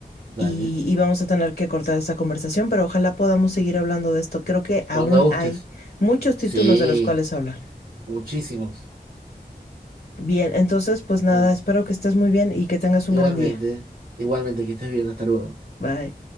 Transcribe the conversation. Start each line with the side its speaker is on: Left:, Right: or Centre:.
Right: Dale.
Left: y, y vamos a tener que cortar esta conversación, pero ojalá podamos seguir hablando de esto. Creo que aún
Right: Cuando gustes.
Left: hay muchos títulos
Right: Sí,
Left: de los cuales hablar.
Right: muchísimos.
Left: Bien, entonces pues nada,
Right: Eh,
Left: espero que estés muy bien y que tengas
Right: igualmente,
Left: un gran día.
Right: igualmente, que estés bien, hasta luego.
Left: Bye.